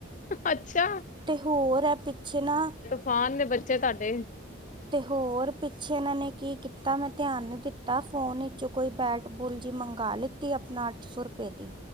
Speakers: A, on the left; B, on the right.
A: ਅੱਛਾ।
B: ਤੇ ਹੋਰ ਏ ਪਿੱਛੇ ਨਾ
A: ਤਫਾਨ ਨੇ ਬੱਚੇ ਤੁਆਡੇ।
B: ਤੇ ਹੋਰ ਪਿੱਛੇ ਏਨਾਂ ਨੇ ਕੀ ਕੀਤਾ ਮੈਂ ਧਿਆਨ ਨੀ ਦਿੱਤਾ ਫੋਨ ਇਚੋ ਕੋਈ ਬੈਟ ਬੁਲ ਜੀ ਮੰਗ ਲੀ ਤੀ ਆਪਣਾ ਅੱਠ ਸੌ ਰੁਪਏ ਦੀ